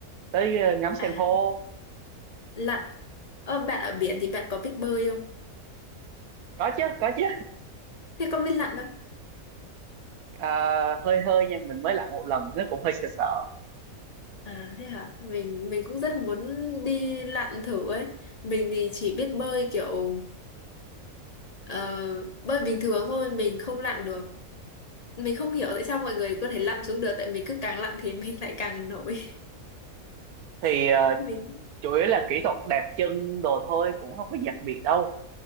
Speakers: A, on the right (about 80°); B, on the left (about 80°).
A: tới ờ, ngắm san
B: à
A: hô
B: lặn ờ, bạn ở biển thì bạn có biết bơi không
A: có chứ có chứ
B: thế có biết lặn không
A: À, hơi hơi nha mình mới lặn một lần nó cũng hơi sợ sợ
B: à thế hả mình mình cũng rất muốn đi lặn thử ấy mình thì chỉ biết bơi kiểu ờ, bơi bình thường thôi mình không lặn được mình không hiểu tại sao mọi người có thể lặn xuống được tại mình cứ càng lặn thì <laughs> mình lại càng nổi
A: thì
B: <laughs>
A: ờ,
B: mình
A: chủ yếu là kỹ thuật đạp chân đồ thôi cũng không có đặc biệt đâu